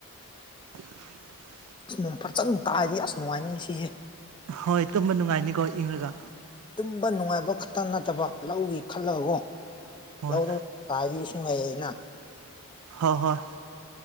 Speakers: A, on the right; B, on the left.
A: <unintelligible>
B: ꯅꯣꯡ ꯐꯖꯠꯅ ꯇꯥꯔꯗꯤ ꯑꯁ ꯅꯨꯡꯉꯥꯏꯅꯤ ꯉꯁꯤꯁꯤ
A: ꯍꯣꯏ ꯇꯨꯝꯝꯕ ꯅꯨꯡꯉꯥꯏꯅꯤꯀꯣ ꯏꯪꯔꯒ
B: ꯇꯨꯝꯕ ꯅꯨꯡꯉꯥꯏꯕ ꯈꯛꯇ ꯅꯠꯇꯕ ꯂꯧꯒ ꯈꯜꯂꯒꯒꯣ
A: ꯍꯣꯏ
B: ꯂꯧꯔ ꯇꯥꯔꯗꯤ ꯏꯁꯤꯡ ꯂꯩꯌꯦꯅ
A: ꯍꯣꯏ ꯍꯣꯏ